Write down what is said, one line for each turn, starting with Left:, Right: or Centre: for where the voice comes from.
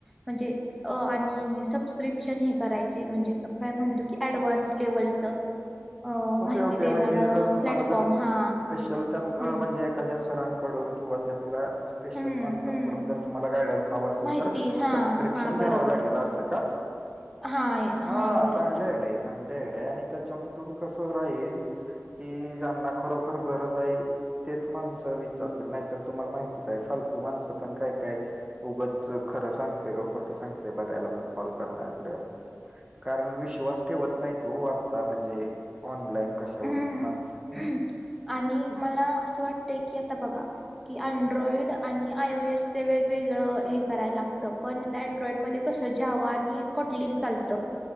Centre: म्हणजे अ आणि सबस्क्रिप्शन हे करायचे, म्हणजे काय म्हणतो की ऍडव्हान्स लेवलचं अ
Right: ओके
Centre: माहिती
Right: ओके
Centre: देणारं
Right: म्हणजे जर तुम्हाला
Centre: प्लॅटफॉर्म
Right: जर
Centre: हा.
Right: स्पेशल त्यात
Centre: हम्म
Right: म्हणजे एखाद्या सरांकडून किंवा त्यातला स्पेशल
Centre: हम्म
Right: माणसांकडून
Centre: हम्म
Right: जर तुम्हाला गायडन्स हवां असेल
Centre: माहिती
Right: तर,
Centre: हा
Right: सबस्क्रिप्शन
Centre: हा
Right: घ्यावं
Centre: बरोबर
Right: लागेल असं का?
Centre: हा
Right: हा
Centre: बरोबर
Right: चांगले आयडिया. चांगल्या आयडिया, आणि त्याच्यातून कसं राहील कि ज्यांना खरोखर गरज आहे तेच माणसं विचारतील, नाहीतर तुम्हाला माहितीच आहे फालतू माणसं पण काय काय उगंच खरं सांगतेय का खोटं सांगतेय बघायला पण कॉल करणारे लय असतेत. कारण विश्वास ठेवत नाहीत ओ आता, म्हणजे ऑनलाईन कशावरती
Centre: हम्म
Right: माणसं
Centre: आणि मला असं वाटतय की, आता बघा की अनड्रॉइड आणि आय ओ एसचे वेगवेगळं हे करायला लागतं पण त्या अँड्रॉइड मध्ये कसं जावा आणि कॉटलीन चालतं,